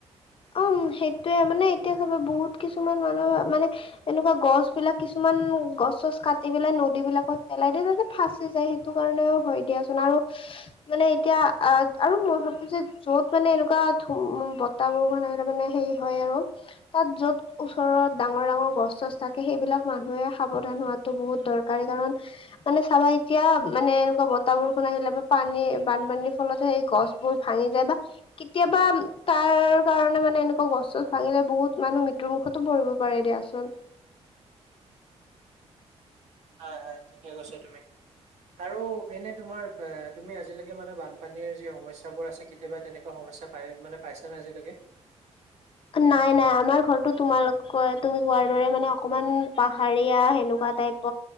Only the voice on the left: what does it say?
উম সেইটোয়ে মানে এতিয়া চাবা বহুত কিছুমান মানুহে মানে, এনেকুৱা গছ বিলাক কিছুমান গছ চছ কাটি পেলাই নদী বিলাকত পেলাই দিয়ে যে, ফাচি যায় সেইটো কাৰণেও হয় দিয়াচোন আৰু মানে এতিয়া আহ আৰু মই ভাবো যে, য'ত মানে এনেকুৱা বতাহ বৰষুণ আহিলে মানে হেৰি হয় আৰু তাত য'ত, ওচৰত ডাঙৰ ডাঙৰ গছ চছ থাকে সেইবিলাক মানুহে সাৱধান হোৱাতো বহুত দৰকাৰী কাৰণ, মানে চাবা এতিয়া মানে এনেকুৱা বতাহ বৰষুণ আহিলে বা পানী বানপানীৰ ফলত হে সেই গছ, বোৰ ভাঙি যায় বা কেতিয়াবা তাৰ, কাৰণে মানে এনেুৱা গছ ভাঙিলে বহুত মানুহ মৃত্যুমুখতো পৰিব পাৰে দিয়াচোন।
নাই নাই আমাৰ ঘৰৰতো তোমালোকৰ তুমি কোৱাৰ দৰে মানে অকমান পাহাৰীয়া সেনেকুৱা টাইপ।